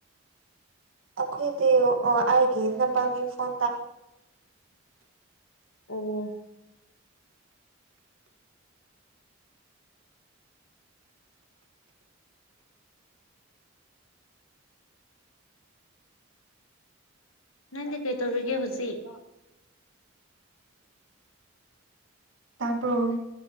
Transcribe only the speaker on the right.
ꯑꯈꯣꯏꯗꯤ ꯎ ꯑꯩꯒꯤ ꯏꯅꯣꯕꯒꯤ ꯐꯣꯟꯗ꯫
ꯇ꯭ꯕꯔꯣ꯫